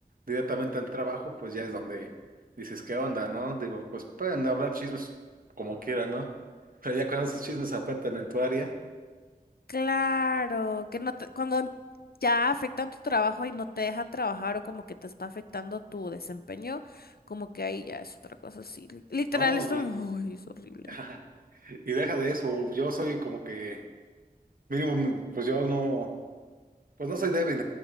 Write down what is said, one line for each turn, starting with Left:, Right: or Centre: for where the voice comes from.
Right: directamente al trabajo, pues ya es donde dices, ¿qué onda, no? Digo, pues pueden hablar chismes como quieran, ¿no? Pero ya cuando esos chismes afectan en tu área,
Left: Claro, que no te- cuando em- ya afectan tu trabajo y no te dejan trabajar o como que te está afectando tu desempeño, como que ahí ya es otra cosa así. Li- Literal,
Right: no,
Left: esto
Right: y,
Left: me... Ay, es horrible.
Right: <laughs> y deja de eso, yo soy como que, mínimo, pues yo no. Pues no soy débil